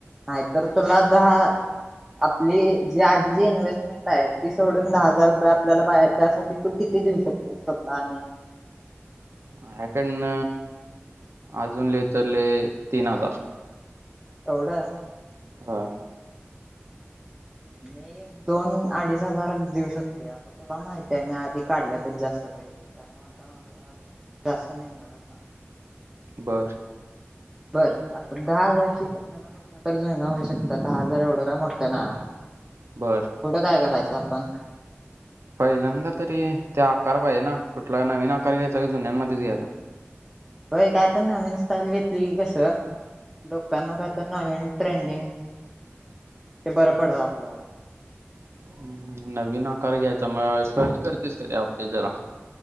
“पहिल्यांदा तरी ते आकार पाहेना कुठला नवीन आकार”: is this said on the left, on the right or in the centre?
Right